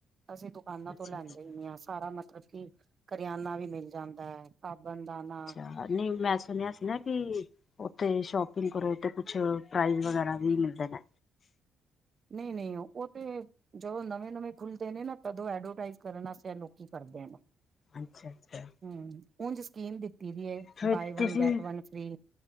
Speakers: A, on the right; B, on the left.
A: ਅਸੀ ਦੁਕਾਨਾਂ
B: ਅੱਛਾ
A: ਤੋਂ ਲੈਂਦੇ
B: ਅੱਛਾ
A: ਈ ਨੀ ਆਂ। ਸਾਰਾ ਮਤਲਬ ਕਿ ਕਰਿਆਨਾ ਵੀ ਮਿਲ ਜਾਂਦੈ, ਸਾਬਨ ਦਾਨਾ
B: ਹਾਂ, ਰ ਨੀ ਮੈਂ ਸੁਨ ਮੈਂ ਸੁਨਿਐ ਕਿ ਓਥੇ ਈ ਸ਼ੋਪਿੰਗ ਕਰੋ ਓਥੇ ਕੁਛ ਪ੍ਰਾਈਜ਼ ਵਗੈਰਾ ਵੀ ਮਿਲਦੇ ਨੇ।
A: ਨਈ-ਨਈ ਓ ਤੇ ਜਦੋਂ ਨਵੇਂ-ਨਵੇਂ ਖੁੱਲਦੇ ਨੇ ਨਾ ਤਦੋਂ ਐਡਵਰਟਾਈਜ਼ ਕਰਨ ਆਸੇ ਐ ਲੋਕੀ ਕਰਦੇ ਨੇ।
B: ਅੱਛਾ-ਅੱਛਾ
A: ਹੂੰ, ਉਝ ਸਕੀਮ ਦਿੱਤੀ ਦੀ ਏ
B: ਫਿਰ
A: ਬਾਏ ਵਨ
B: ਤੁਸੀਂ
A: ਗੈੱਟ ਵਨ ਫ੍ਰੀ।